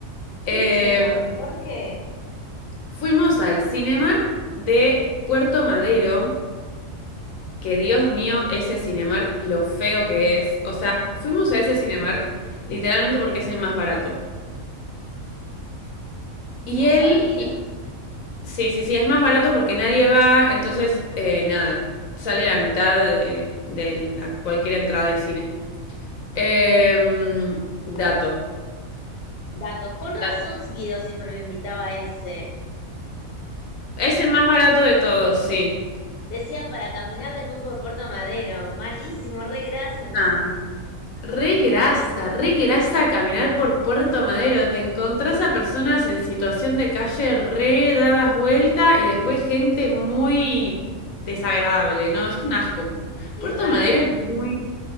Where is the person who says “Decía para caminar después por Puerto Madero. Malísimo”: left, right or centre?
Left